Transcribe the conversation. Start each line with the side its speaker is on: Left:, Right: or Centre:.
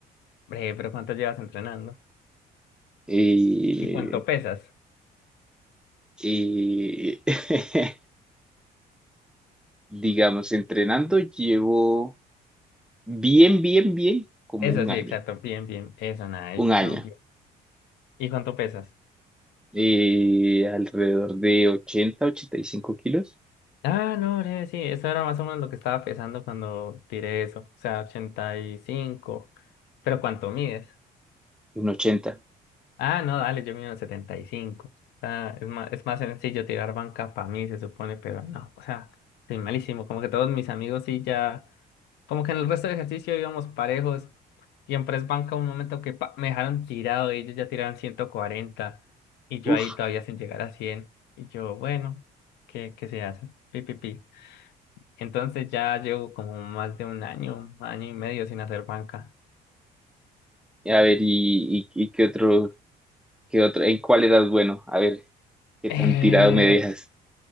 Left: Bre, pero ¿cuánto llevas entrenando?
Centre: Eh,
Left: ¿Y cuánto pesas?
Centre: eh, <laughs> digamos, entrenando llevo bien, bien, bien como
Left: Eso
Centre: un
Left: sí,
Centre: año,
Left: exacto. Bien, bien. Eso, nice.
Centre: un año,
Left: No, bien. ¿Y cuánto pesas?
Centre: Eh, alrededor de ochenta ochenta y cinco kilos,
Left: Ah, no, bre, sí, eso era más o menos lo que estaba pesando cuando tiré eso. O sea, 85. ¿Pero cuánto mides?
Centre: un ochenta
Left: Ah, no, dale, yo mido 75. O sea, es más, es más sencillo tirar banca para mí, se supone, pero no. O sea, soy malísimo. Como que todos mis amigos sí ya. Como que en el resto de ejercicio íbamos parejos y en press banca un momento que pa, me dejaron tirado y ellos ya tiraron 140 y yo
Centre: Uf,
Left: ahí todavía sin llegar a 100 y yo, bueno, ¿qué, qué se hace? Pi, pi, pi. Entonces ya llevo como más de un año, año y medio sin hacer banca.
Centre: a ver, y, y, y qué otro, qué otro, en cuál edad, bueno, a ver, qué
Left: Eh,
Centre: tan tirado me dejas.